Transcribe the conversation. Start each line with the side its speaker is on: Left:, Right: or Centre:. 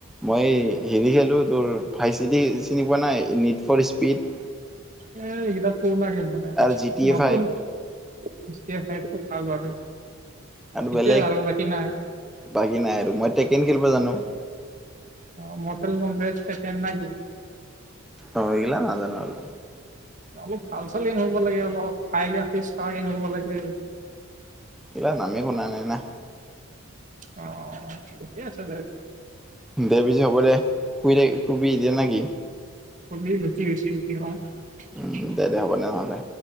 Centre: মই হেৰি খেলোঁ তোৰ ফাইভ চিটি চিনি পোৱা নাই নিট ফ'ৰ স্পীড
Right: এ এইগিলা পুৰণা গেম মানে
Centre: আৰু জি টি এ
Right: নতুন
Centre: ফাইভ
Right: <unintelligible>
Centre: আৰু
Right: সেইটোয়ে
Centre: বেলেগ
Right: বাকী নাই
Centre: বাকী নাই আৰু মই ট্ৰেকেন খেলিব জানো
Right: অ' মটেল কম্বে ষ্টেচেণ্ড নাই দিওঁ
Centre: অ এইগিলা নাজানো আৰু
Right: অলপ ভাল চাল গেম হ'ব লাগে অলপ হাইগ্ৰফিছ থকা গেম খেলিব লাগে
Centre: এইগিলা নামে শুনা নাই না
Right: অ' ঠিকে আছে
Centre: দে পিছে হ'ব দে শুই থাকি শুবি এতিয়া না কি
Right: শুবি ৰুতি হৈছে ৰুতি খোৱাৰ
Centre: উম দে দে হ'ব দে নহ'লে